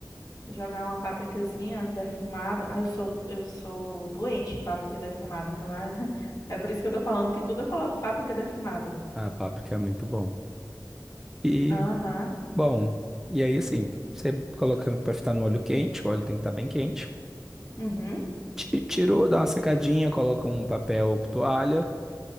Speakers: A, on the left; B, in the centre.
A: jogar uma pápricazinha defumada. Ah, eu sou eu sou doente em páprica defumada, então ah, <laughs> é por isso que eu tô falando que tudo eu coloco páprica defumada.
B: Ah, páprica é muito bom. E,
A: Aham.
B: bom, e aí assim, você colocando pra fritar no óleo quente, o óleo tem que estar bem quente.
A: Uhum.
B: Ti- Tirou, dá uma secadinha, coloca um papel ou toalha.